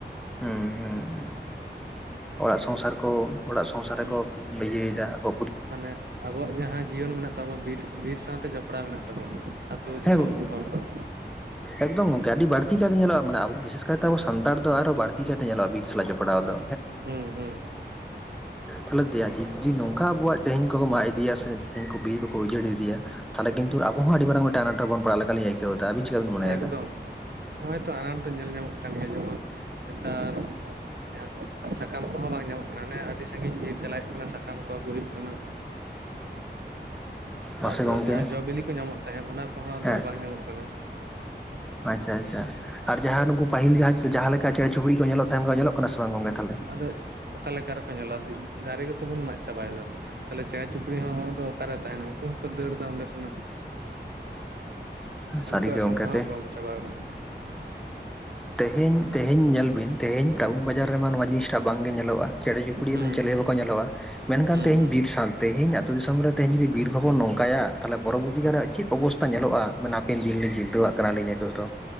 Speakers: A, in the centre; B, on the right.
A: ᱦᱩᱸ ᱦᱩᱸ ᱦᱩᱸ ᱚᱲᱟᱜ ᱥᱚᱝᱥᱟᱨ ᱠᱚ ᱚᱲᱟᱜ ᱥᱚᱝᱥᱟᱨ ᱨᱮᱠᱚ
B: ᱦᱩᱸ
A: ᱵᱤᱭᱟᱹᱭᱮᱫᱟ ᱟᱠᱚ
B: ᱢᱟᱱᱮ ᱟᱵᱚᱣᱟᱜ ᱡᱟᱸᱦᱟᱸ ᱡᱤᱭᱚᱱ ᱢᱮᱱᱟᱜ ᱛᱟᱵᱚ ᱵᱤᱨ ᱵᱤᱨ ᱥᱟᱶᱛᱮ ᱡᱚᱯᱲᱟᱣ ᱢᱮᱱᱟᱜ ᱛᱟᱵᱚᱱ ᱟᱛᱩ ᱫᱤᱥᱚᱢ
A: ᱦᱮᱸ ᱜᱚᱝᱠᱮ
B: ᱨᱮᱱ ᱦᱚᱲ ᱠᱚᱣᱟᱜ ᱫᱚ
A: ᱮᱠᱫᱚᱢ ᱜᱚᱝᱠᱮ ᱟᱰᱤ ᱵᱟᱲᱛᱤ ᱠᱟᱭᱛᱮ ᱧᱮᱞᱚᱜᱼᱟ ᱢᱟᱱᱮ ᱟᱵᱚ ᱵᱤᱥᱮᱥ ᱠᱟᱭᱛᱮ ᱟᱵᱚ ᱥᱟᱱᱛᱟᱲ ᱫᱚ ᱟᱨᱦᱚᱸ ᱵᱟᱲᱛᱤ ᱠᱟᱭᱛᱮ ᱧᱮᱞᱚᱜᱼᱟ ᱵᱤᱨ ᱥᱟᱞᱟᱜ ᱡᱚᱯᱲᱟᱣ ᱫᱚ
B: ᱦᱩᱸ ᱦᱩᱸ
A: ᱛᱟᱞᱦᱮ ᱫᱮᱭᱟ ᱜᱤᱱ ᱡᱩᱤ ᱱᱚᱝᱠᱟ ᱟᱵᱚᱣᱟᱜ ᱛᱮᱦᱮᱧ ᱠᱚᱠᱚ ᱢᱟᱜ ᱤᱫᱤᱭᱟ ᱥᱮ ᱠᱤᱱᱠᱩ ᱵᱤᱨ ᱠᱚᱠᱚ ᱩᱡᱟᱹᱲ ᱤᱫᱤᱭᱟ ᱛᱟᱦᱞᱮ ᱠᱤᱱᱛᱩᱨ ᱟᱵᱚ ᱦᱚᱸ ᱟᱰᱤ ᱢᱟᱨᱟᱝ ᱢᱤᱫᱟᱝ ᱟᱱᱟᱴ ᱨᱮᱵᱚᱱ ᱯᱟᱲᱟᱜ ᱞᱮᱠᱟ ᱞᱤᱧ ᱟᱹᱭᱠᱟᱹᱣᱟ ᱵᱩᱡᱷᱟᱹᱣᱫᱟ ᱟᱵᱤᱱ ᱪᱮᱠᱟ ᱵᱤᱱ ᱢᱚᱱᱮᱭᱫᱟ
B: ᱮᱠᱫᱚᱢ ᱱᱚᱜᱼᱚᱭ ᱛᱚ ᱟᱱᱟᱴ ᱫᱚ ᱧᱮᱞ ᱧᱟᱢᱚᱜ ᱠᱟᱱ ᱜᱮᱭᱟ ᱡᱮᱢᱚᱱ ᱱᱮᱛᱟᱨ ᱡᱟᱸᱦᱟᱸ ᱥᱟᱠᱟᱢ ᱠᱚᱸᱦᱚᱸ ᱵᱟᱝ ᱧᱟᱢᱚᱜ ᱠᱟᱱᱟ ᱚᱱᱮ ᱟᱹᱰᱤ ᱥᱟᱜᱤᱧ ᱵᱤᱨ ᱪᱟᱞᱟᱜ ᱦᱩᱭᱩᱜ ᱠᱟᱱᱟ ᱠᱟᱢ ᱠᱚ ᱟᱹᱜᱩ ᱦᱩᱭᱩᱜ ᱠᱟᱱᱟ ᱛᱟᱯᱚᱨ
A: ᱢᱟᱥᱮ ᱜᱚᱝᱠᱮ
B: ᱡᱟᱸᱦᱟᱸ ᱡᱚ ᱵᱤᱞᱤ ᱠᱚ ᱧᱟᱢᱚᱜ ᱛᱟᱦᱮᱸᱫ ᱚᱱᱟ ᱠᱚᱸᱦᱚᱸ ᱟᱫᱚ
A: ᱦᱮᱸ
B: ᱵᱟᱝ ᱧᱟᱢᱚᱜ ᱠᱟᱱᱟ
A: ᱟᱪᱪᱷᱟ ᱟᱪᱪᱷᱟ ᱟᱨ ᱡᱟᱸᱦᱟᱸ ᱱᱩᱝᱠᱩ ᱯᱟᱦᱤᱞ ᱡᱟᱸᱦᱟᱸ ᱡᱟᱸᱦᱟᱸ ᱞᱮᱠᱟ ᱪᱮᱬᱮ ᱪᱩᱯᱲᱤ ᱠᱚ ᱧᱮᱞᱚᱜ ᱛᱟᱦᱮᱸ ᱚᱝᱠᱟ ᱠᱚ ᱧᱮᱞᱚᱜ ᱠᱟᱱᱟ ᱥᱮ ᱵᱟᱝ ᱜᱚᱝᱠᱮ ᱛᱟᱦᱚᱞᱮ
B: ᱟᱫᱚ ᱚᱠᱟ ᱞᱮᱠᱟ ᱨᱮᱠᱚ ᱧᱮᱞᱚᱜᱼᱟ ᱫᱟᱨᱮ ᱜᱮᱛᱚ ᱵᱩᱱ ᱢᱟᱜ ᱪᱟᱵᱟᱭᱟᱫᱟ ᱛᱟᱦᱞᱮ ᱪᱮᱬᱮ ᱪᱩᱯᱲᱤ ᱦᱚᱸ ᱫᱚ ᱚᱠᱟᱨᱮ ᱛᱟᱦᱮᱱᱟ ᱩᱱᱠᱩ ᱦᱚᱸᱠᱚ ᱫᱟᱹᱲᱫᱟ ᱚᱸᱰᱮ ᱠᱷᱚᱱᱟᱜ
A: ᱥᱟᱹᱨᱤ
B: ᱩᱱᱠᱩᱣᱟᱜ
A: ᱜᱮ
B: ᱥᱚᱝᱠᱷᱟ
A: ᱜᱚᱝᱠᱮ
B: ᱦᱚᱸ
A: ᱛᱮ
B: ᱠᱚᱢ ᱪᱟᱵᱟᱣ ᱟᱠᱟᱱᱟ
A: ᱛᱮᱦᱮᱧ ᱛᱮᱦᱮᱧ ᱧᱮᱞ ᱵᱤᱱ ᱛᱮᱦᱮᱧ ᱴᱟᱣᱩᱱ ᱵᱟᱡᱟᱨ ᱨᱮᱢᱟ ᱱᱚᱣᱟ ᱡᱤᱱᱤᱥ ᱴᱟᱜ ᱵᱟᱝ ᱜᱮ ᱧᱮᱞᱚᱜᱼᱟ ᱪᱮᱬᱮ ᱪᱩᱯᱲᱤ
B: ᱦᱩᱸ
A: ᱨᱮᱱ ᱪᱮᱞᱮ ᱵᱟ ᱠᱚ ᱧᱮᱞᱚᱜᱼᱟ ᱢᱮᱱᱠᱷᱟᱱ
B: ᱦᱩᱸ
A: ᱛᱮᱦᱤᱧ
B: ᱦᱩᱸ
A: ᱵᱤᱨ ᱥᱟᱶ ᱛᱮᱦᱤᱧ ᱟᱛᱳ ᱫᱤᱥᱚᱢ ᱨᱮ ᱛᱮᱦᱮᱧ ᱡᱩᱫᱤ ᱵᱤᱨ ᱦᱚᱵᱚᱱ ᱱᱚᱝᱠᱟ ᱠᱟᱭᱟ ᱛᱟᱦᱞᱮ ᱯᱚᱨᱚᱵᱚᱨᱛᱤ ᱠᱟᱞᱨᱮ ᱪᱮᱫ ᱚᱵᱚᱥᱛᱟ ᱧᱮᱞᱚᱜᱼᱟ ᱢᱟᱱᱮ ᱦᱟᱯᱮᱱ ᱫᱤᱱ ᱞᱤᱧ ᱪᱤᱱᱛᱟᱹᱣᱟᱜ ᱠᱟᱱᱟᱞᱤᱧ ᱱᱤᱛᱚᱜ ᱫᱚ